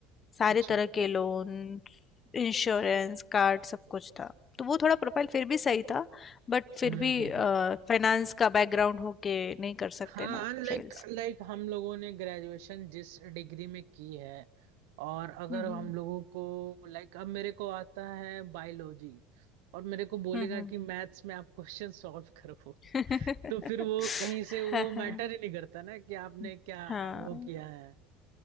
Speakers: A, on the left; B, on the right.
A: सारे
B: अच्छा
A: तरह के लोन, इंश्योरेंस, कार्ड सब कुछ था। तो वो थोड़ा प्रोफ़ाइल फिर भी सही था, बट फिर
B: हम्म
A: भी
B: हम्म
A: अ,
B: हम्म
A: फाइनेंस का बैकग्राउंड होके नहीं कर सकते
B: हाँ
A: ना
B: लाइक
A: सेल्स।
B: लाइक हम लोगों ने ग्रेजुएशन जिस डिग्री में की है और अगर
A: हुँ, हुँ।
B: हम लोगों को लाइक अब मेरे को आता है बायोलॉजी और मेरे को बोलेगा
A: हुँ, हुँ।
B: कि मैथ्स में आप क्वेश्चन सॉल्व करो
A: <laughs>
B: <laughs> तो फिर वो कहीं से वो
A: हाँ,
B: मैटर
A: हाँ।
B: ही नहीं करता ना कि आपने
A: हुँ,
B: क्या
A: हाँ।
B: वो किया है